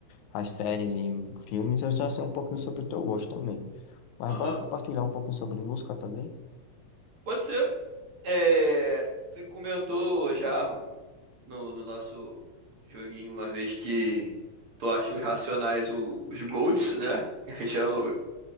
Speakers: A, on the left; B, on the right.
A: as séries e filmes, eu já sei um pouquinho sobre o teu gosto também. Mas
B: aham.
A: bora compartilhar um pouquinho sobre música também?
B: Pode ser. É, tu comentou já um, no, no nosso joguinho uma vez que tu acha os Racionais o- os GOATs, né? <laughs> Que são